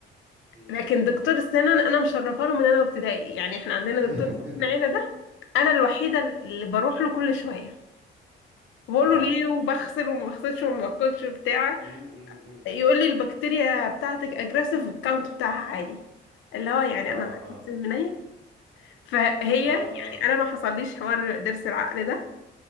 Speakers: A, on the right; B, on the left.
A: امم
B: لكن
A: امم
B: دكتور السنان انا مشرفه له من انا وابتدائي يعني احنا عندنا
A: <laughs>
B: دكتور السنان العيله ده انا الوحيده اللي بروح له كل شويه بقول
A: اه
B: له ليه وبغسل وما بغسلش وما باكلش بتاع
A: امم
B: يقول لي البكتيريا بتاعتك اجريسيف والكاونت بتاعها عالي اللي هو يعني
A: اه
B: انا بحس
A: اه
B: من أيه؟ فهي
A: اه
B: يعني
A: اه
B: انا ما حصليش حوار ضرس العقل ده